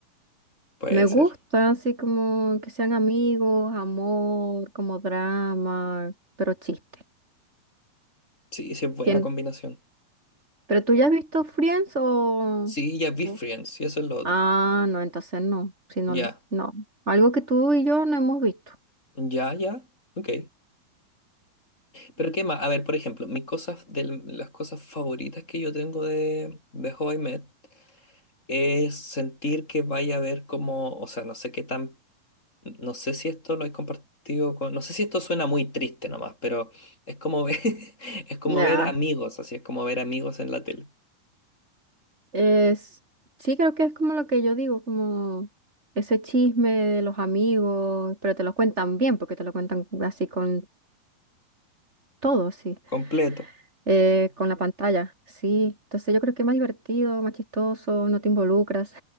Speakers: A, on the left; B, on the right.
A: Puede
B: Me gusta
A: ser.
B: así como que sean amigos, amor, como drama, pero chiste.
A: Sí, sí, es buena
B: ¿Quién?
A: combinación.
B: ¿Pero tú ya has visto Friends o...?
A: Sí, ya vi
B: o-
A: Friends, y eso es lo otro.
B: Ah, no, entonces no. Si no,
A: Ya,
B: no. Algo que tú y yo no hemos visto.
A: ya, ya. Ok. Pero qué más, a ver, por ejemplo, mis cosas de las cosas favoritas que yo tengo de, de How I Met es sentir que vaya a ver como, o sea, no sé qué tan No sé si esto lo he compartido con... No sé si esto suena muy triste nomás, pero es como ver, <laughs> es como
B: Nah.
A: ver amigos, así es como ver amigos en la tele.
B: Es... Sí, creo que es como lo que yo digo, como ese chisme de los amigos, pero te lo cuentan bien, porque te lo cuentan así con todo, sí.
A: Completo.
B: eh, con la pantalla, sí. Entonces yo creo que es más divertido, más chistoso, no te involucras.